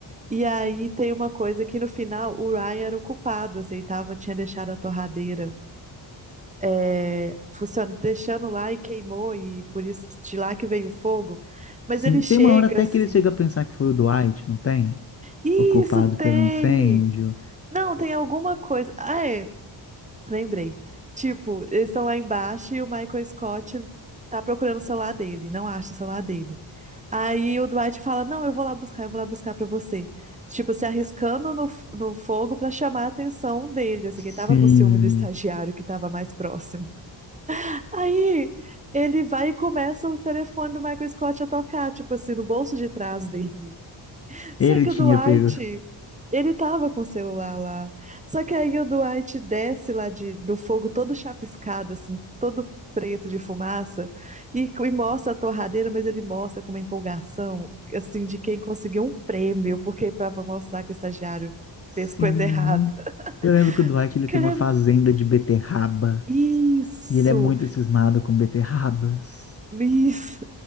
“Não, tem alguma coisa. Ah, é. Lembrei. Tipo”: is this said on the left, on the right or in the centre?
Right